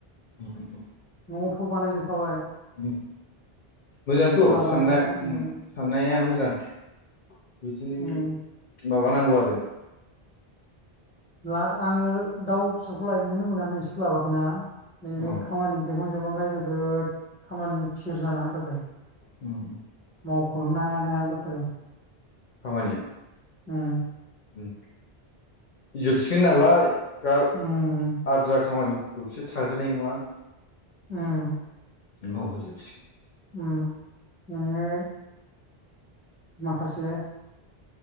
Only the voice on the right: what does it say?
न'थ' बानायजीबखाबाय
बानायबाय
उम
उम
ब्ला लाङो दाउ फिसाखौ लायनोनो मोनाखै सोलाबाखैना नैबे
खामानि जोब हां जोबहांखाय जोबोद खामानि फिर जाना होथारदों।
मावख'नोनो हाया हाया जाथारो।
उम।
उम
उम।
उम नोङो माखासे